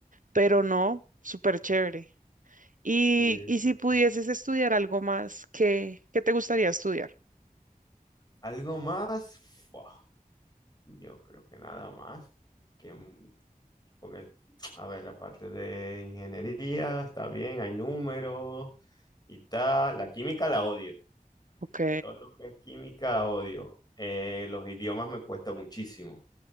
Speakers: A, on the right (about 60°); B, on the left (about 25°).
A: pero no, súper chévere. Y,
B: sí,
A: y
B: sí,
A: si pudieses
B: sí.
A: estudiar algo más, ¿qué, qué te gustaría estudiar?
B: ¿Algo más? Fua, yo creo que nada más. Que Porque, a ver, la parte de ingeniería está bien, hay números y tal. La química la odio.
A: Ok,
B: Todo lo que es química odio. Eh, los idiomas me cuesta muchísimo.